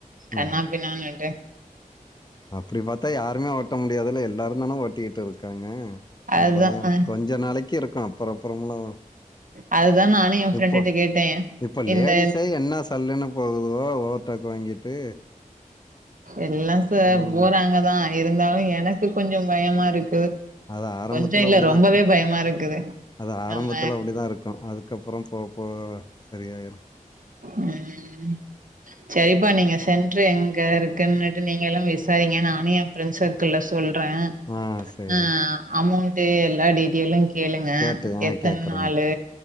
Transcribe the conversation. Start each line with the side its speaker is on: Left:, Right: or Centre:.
Right: கண்ணா
Left: ம்
Right: பின்னான்ட்டு
Left: அப்டி பாத்தா யாருமே ஓட்ட முடியாதுல்ல எல்லாரு தானே ஓட்டிட்டு இருக்காங்க
Right: அதுதா
Left: பயோ
Right: அ
Left: கொஞ்ச நாளைக் இருக்கு அப்புற அப்புறம்லா
Right: அதுதா நானு எ ஃப்ரெண்டுட்ட
Left: இப்போ
Right: கேட்டே
Left: இப்ப லேடிஸே
Right: இந்த
Left: என்ன சல்லுன்னு போவுதுகோ ஓவர்டேக் வாங்கிட்டு
Right: இல்ல சார்
Left: ம்
Right: போறாங்கதா இருந்தாலு எனக்கு கொஞ்ச பயமா இருக்குது
Left: அது ஆரம்பத்துல
Right: கொஞ்ச இல்ல
Left: அப்டிதா
Right: ரொம்பவே
Left: இருக்கு
Right: பயமா இருக்குது
Left: அது ஆரம்பத்தல
Right: நம்ம
Left: அப்டி தா இருக்கு அதுக்கப்புறோ போவ போவ சரியாயிரு
Right: ம் சரிப்பா நீங்க சென்டர் எங்க இருக் இருக்கன்ட்டு நீங்க எல்லா விசாரீங்க நானு எ ஃப்ரெண்ட்ஸ் சர்க்கிள்ள சொல்றே
Left: ஆ சரி
Right: ஆ அமௌண்ட் எல்லா டீட்டெயலு கேளுங்க
Left: கேட்டு ஆ
Right: எத்தன
Left: கேக்குறேண்ணா
Right: நாளு